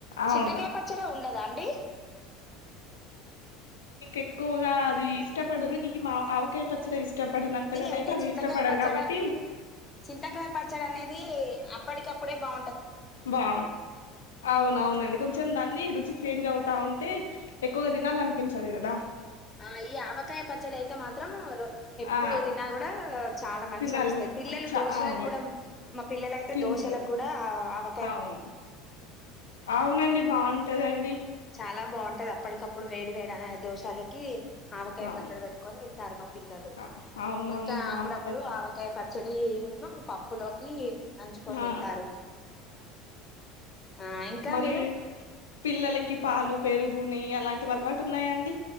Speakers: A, on the left; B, on the left.
A: అవును.
B: చింతకాయ పచ్చడ ఉండదాండీ
A: ఎక్కువగా అదీ ఇష్టపడరు ఈ మావ ఆవకాయ పచ్చడే ఇస్ ఇష్ట పడినంతగానైతే
B: అయితే
A: అది
B: చింతకాయ
A: ఇష్టపడరు
B: పచ్చడి
A: కాబట్టీ
B: చింతకాయ పచ్చడనేదీ అప్పటికప్పుడే బా
A: బా అవునవునండి కొంచెం దాన్నీ రుచి చేంజ్ అవుతా ఉంటే ఎక్కువగా తినాలనిపించదు గదా
B: ఆ ఈ ఆవకాయ పచ్చడైతే మాత్రం రొ ఎప్పుడు
A: ఆ!
B: తిన్నాగూడా చాలా మంచిగ
A: తినాల
B: అనిపిస్తది పిల్లలు
A: చ
B: దోషలగ్గూడ
A: అవును.
B: మా పిల్లలైతే
A: తింటరు.
B: దోషలగ్గూడా ఆవ
A: అవును, అవునండి బావుంటదండి.
B: చాలా బావుంటది అప్పడికప్పుడు వేడి వేడి అన దోషాలకీ ఆవకాయ
A: అవును.
B: పచ్చడి పెట్టుకొని తింటారు పిల్లలు
A: అ అవునవును
B: ఇంకా
A: బావుంటది.
B: అప్పుడప్పుడు ఆవకాయ ప డీను పప్పులోకీ నంజుకొని
A: ఆ!
B: తింటారు ఆ ఇంకా
A: మరీ
B: మీరు
A: పిల్లలకి పాలు, పెరుగు, నెయ్యి అలాంటివి అలవాటు ఉన్నాయాండి